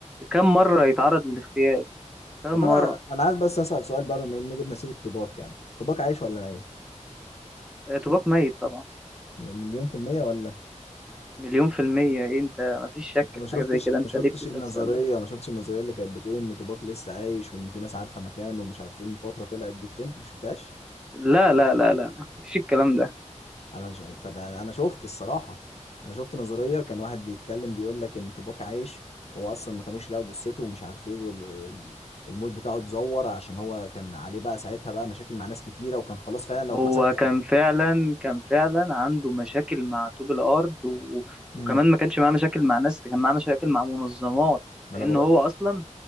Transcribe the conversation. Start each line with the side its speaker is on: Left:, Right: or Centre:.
Centre: كم مرة يتعرض للاغتيال كم
Left: طب
Centre: مرة
Left: انا انا عايز بس اسال سؤال بقى بما ان جبنا سيره توباك يعني توباك عايش ولا ميت
Centre: آه، طوباك ميت طبعا
Left: مليون في المية ولا
Centre: مليون في المية إيه أنت مفيش شك
Left: انت ما
Centre: في
Left: شفتش
Centre: حاجة زي كده أنت
Left: ما شفتش
Centre: ليه بتسأل
Left: النظرية
Centre: السؤال ده
Left: ما شفتش النظرية اللي كانت بتقول ان توباك لسه عايش وان في ناس عارفة مكانه ومش عارفين من فترة طلعت دي ترند ما شفتهاش
Centre: لا لا لا لا لا مفيش الكلام ده
Left: انا ش... طب انا أنا شفت الصراحه انا شفت نظريه كان واحد بيتكلم بيقول لك ان توباك عايش هو اصلا ما كانوش يلاقوا جثته ومش عارف ايه والموت بتاعه اتزور عشان هو كان عليه بقى ساعتها بقى مشاكل مع ناس كتيره وكان خلاص فعلا لو
Centre: هو
Left: اتمسك هي...
Centre: كان فعلا كان فعلا عنده مشاكل مع طوب الأرض و...
Left: امم
Centre: وكمان ما كانش معاه مشاكل مع ناس كان معاه مشاكل مع منظمات
Left: ما
Centre: لأن
Left: انا بقول
Centre: هو
Left: لك
Centre: أصلا